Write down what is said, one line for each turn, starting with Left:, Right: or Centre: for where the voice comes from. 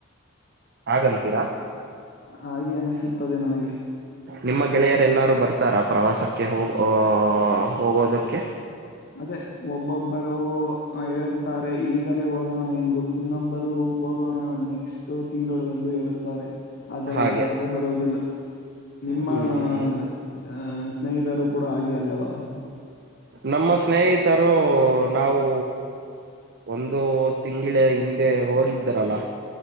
Right: ಹಾಗಂತೀರಾ?
Left: ಹಾಗೆ ಅನಿಸುತ್ತದೆ ನನಗೆ
Right: ನಿಮ್ಮ ಗೆಳೆಯರೆ ಎಲ್ಲಾರು ಬರ್ತಾರಾ? ಪ್ರವಾಸಕ್ಕೆ ಹೋಗ ಹೋಗೋದಕ್ಕೆ.
Left: ಅದೇ ಒಬ್ಬೊಬ್ಬರು ಹೇಳೇುತ್ತಾರೆ, ಈಗಲೇ ಹೋಗೋಣ ಎಂದು ಇನ್ನೊಬ್ಬರು ಹೋಗೋಣ, ನೆಕ್ಸ್ಟ ತಿಂಗಳು ಎಂದು ಹೇಳುತ್ತಾರೆ. ಆದರೆ
Right: ಹಾಗೆ
Left: ಯಾರು ಬರುವುದಿಲ್ಲ. ನಿಮ್ಮ
Right: ಹ್ಮ್
Left: ಅ ಅ ಸ್ನೇಹಿತರು? ಕೂಡ ಹಾಗೆ ಅಲ್ಲವಾ?
Right: ನಮ್ಮ ಸ್ನೇಹಿತರು ನಾವು ಒಂದು ತಿಂಳ ಹಿಂದೆ ಹೋಗಿದ್ದರಲ್ಲ.